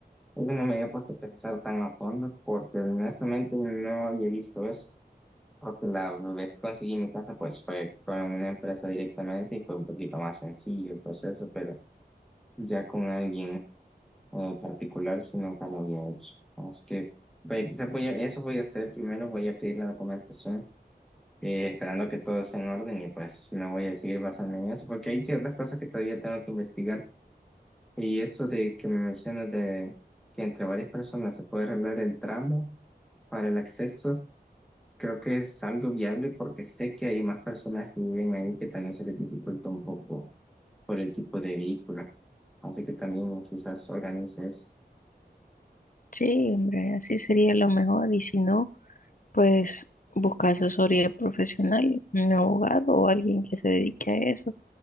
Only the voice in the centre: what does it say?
Yo no me había puesto a pensar tan a fondo porque honestamente no había visto eso. Porque la vez que conseguí mi casa, pues fue con una empresa directamente y fue un poquito más sencillo el proceso, pero ya con alguien. eh, particular, si nunca lo había hecho. Así que, vaya, quizás voy a, eso voy a hacer primero, voy a pedir la documentación, eh, esperando que todo esté en orden y pues me voy a seguir basando en eso, porque hay ciertas cosas que todavía tengo que investigar y eso de que me mencionas de que entre varias personas se puede arreglar el tramo para el acceso. Creo que es algo viable porque sé que hay más personas que viven ahí que también se les dificulta un poco por el tipo de vehículo. Así que también quizás organices.